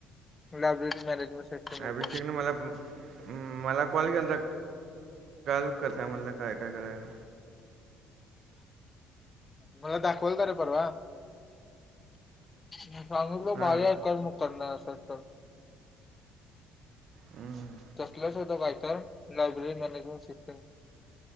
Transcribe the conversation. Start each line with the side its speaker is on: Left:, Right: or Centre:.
Left: Library management. सिस्टम बहुतेक
Right: अभिषेकने मला पण मला कॉल केलता काल कसा म्हटला काय काय करायला.
Left: मला दाखवालता रे परवा. म सांगितल
Right: हां
Left: भारी आहे कर मग करणार असेल तर.
Right: हम्म
Left: तसलच होत काही तर लायब्ररी मॅनेजमेंट सिस्टम.